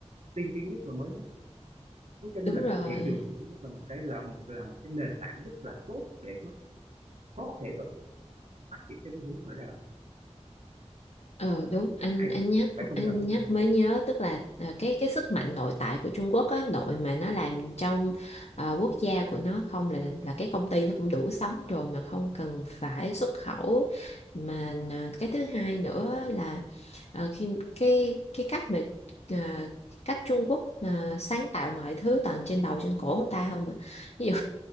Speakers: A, on the right (about 65°); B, on the left (about 65°).
A: tiên tiến nhất và mới nhất Thế cho nên
B: đúng
A: là
B: rồi
A: cái thị trường của Trung Quốc là một cái là một là một cái nền tảng rất là tốt để nó có thể tận phát triển theo cái hướng mà nó đang là
B: Ờ đúng anh
A: hay
B: anh nhắc
A: phải công
B: anh
A: nhận là nó
B: nhắc
A: là
B: mới
A: hay
B: nhớ tức là à, cái cái sức mạnh nội tại của Trung Quốc á nội mà nó làm trong ờ, quốc gia của nó không là là cái công ty nó cũng đủ sống rồi mà không cần phải xuất khẩu mà à, cái thứ hai nữa là ờ, khi cái cái cách mà à, cách Trung Quốc à, sáng tạo mọi thứ toàn trên đầu trên cổ người ta không mà ví dụ